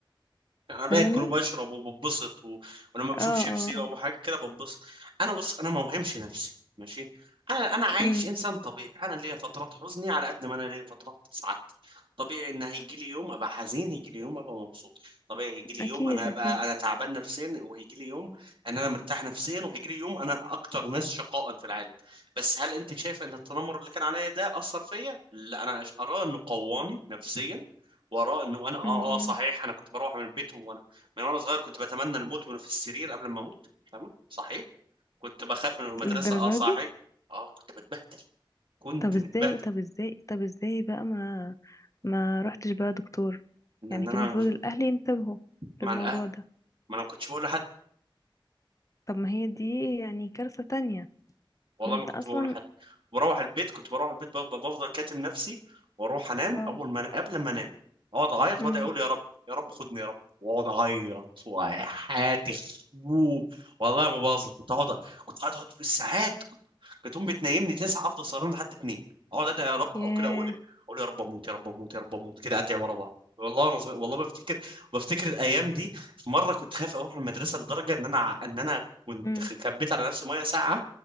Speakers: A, on the right (about 70°); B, on the left (about 35°).
A: يعني انا باكل
B: فاهمني
A: وبشرب وببسط و... ولما بشوف
B: اه اه
A: شيبسي او
B: اه
A: حاجه كده ببسط انا بص انا ما وهمش نفسي ماشي انا انا عايش
B: امم
A: انسان طبيعي انا ليا فترات حزني على قد ما انا ليا فترات سعادتي طبيعي ان هيجي لي يوم ابقى حزين هيجي لي يوم ابقى مبسوط طبيعي هيجي لي
B: اكيد
A: يوم انا ابقى
B: اكيد
A: انا تعبان نفسيا وهيجي لي يوم ان انا مرتاح نفسيا وهيجي لي يوم انا اكتر ناس شقاء في العالم بس هل انت شايف ان التنمر اللي كان عليا ده اثر فيا لا انا أش- اراه انه قواني نفسيا وراء انه انا اه
B: امم
A: اه صحيح انا كنت بروح من البيت وانا من وانا صغير كنت بتمنى الموت وانا في السرير قبل ما اموت فاهمه صحيح كنت بخاف من المدرسه
B: للدرجه
A: اه صحيح
B: دي
A: اه كنت بتبهدل كنت
B: طب ازاي
A: متبهدل
B: طب ازاي طب ازاي بقى ما ما رحتش بقى دكتور
A: ان
B: يعني
A: إن
B: كان
A: انا
B: المفروض
A: مش-
B: الاهل ينتبهوا
A: مع
B: للموضوع
A: الاهل
B: ده
A: ما انا ما كنتش بقول لحد
B: طب ما هي دي يعني كارثة تانية
A: والله
B: ان انت
A: ما كنت
B: اصلا
A: بقول لحد بروح البيت كنت بروح البيت ب- بفضل كاتم نفسي واروح انام
B: اه
A: اول ما قبل ما انام اقعد اعيط
B: امم
A: واقعد اقول يا رب يا رب خدني يا رب واقعد اعيط وحياتي خروب والله ما بهزر كنت اقعد كنت قاعد اقعد بالساعات كنت كانت امي بتنيمني تسعة افضل سهران لحد اتنين اقعد ادعي يا رب
B: ياه
A: او كده اقول اقول يا رب اموت يا رب اموت يا رب اموت كده ادعي ورا بعض والله انا صغير والله بفتكر بفتكر الايام دي في مره كنت خايف اروح المدرسه لدرجه ان انا ع- ان انا كنت
B: امم
A: خ- كبيت على نفسي ميه ساقعه